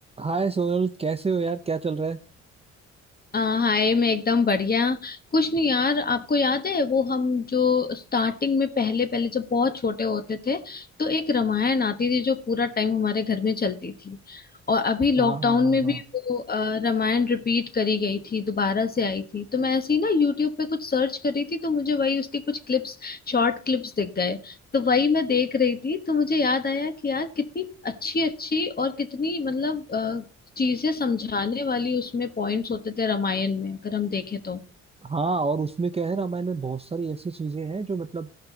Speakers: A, on the right; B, on the left.
A: हाय सोनल कैसे हो यार क्या चल रहा है
B: आ, हाय मैं एकदम बढ़िया कुछ नहीं यार आपको याद है वो हम जो स्टार्टिंग में पहले पहले जब बहुत छोटे होते थे तो एक रामायण आती थी जो पूरा टाइम हमारे घर में चलती थी और अभी लॉकडाउन
A: हाँ हाँ हाँ
B: में
A: हाँ
B: भी वो अ, रामायण रिपीट करी गई थी दोबारा से आई थी तो मैं ऐसे ही ना यूट्यूब पे कुछ सर्च कर रही थी तो मुझे वही उसके कुछ क्लिप्स शॉर्ट क्लिप्स दिख गए तो वही मैं देख रही थी तो मुझे याद आया कि यार कितनी अच्छी अच्छी और कितनी मतलब चीजें समझाने वाली उसमें पॉइंट्स होते थे रामायण में अगर हम देखें तो
A: हाँ और उसमें क्या है रामायण में बहुत सारी ऐसी चीजें हैं जो मतलब